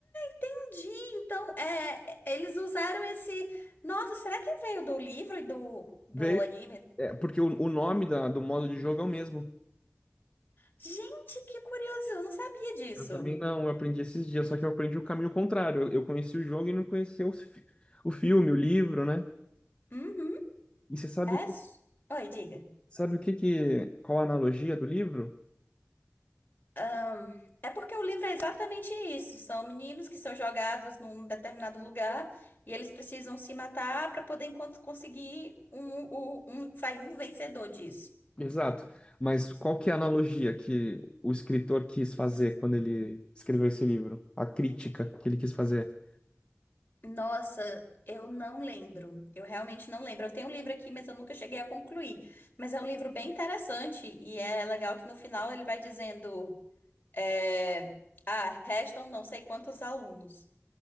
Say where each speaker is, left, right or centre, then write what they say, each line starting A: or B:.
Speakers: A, on the left; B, on the left.
A: Entendi. Então, é, eles usaram esse. Nossa, será que veio do livro e do, do
B: Veio,
A: anime?
B: é, porque o, o nome da- do modo de jogo é o mesmo.
A: Gente, que curioso! Eu não sabia disso.
B: Eu também não, eu aprendi esses dias, só que eu aprendi o caminho contrário. Eu, eu conheci o jogo e não conhecia os fi- o filme, o livro, né?
A: Uhum.
B: E você sabe,
A: É. s- Oi, diga.
B: sabe o que que, qual a analogia do livro?
A: Ah, É porque o livro é exatamente isso. São meninos que são jogados num determinado lugar e eles precisam se matar para poder encon- conseguir um, o- um, sair um vencedor disso.
B: Exato. Mas qual que é a analogia que o escritor quis fazer quando ele escreveu esse livro? A crítica que ele quis fazer.
A: Nossa, eu não lembro. Eu realmente não lembro. Eu tenho um livro aqui, mas eu nunca cheguei a concluir. Mas é um livro bem interessante e é legal que no final ele vai dizendo, é, ah, restam não sei quantos alunos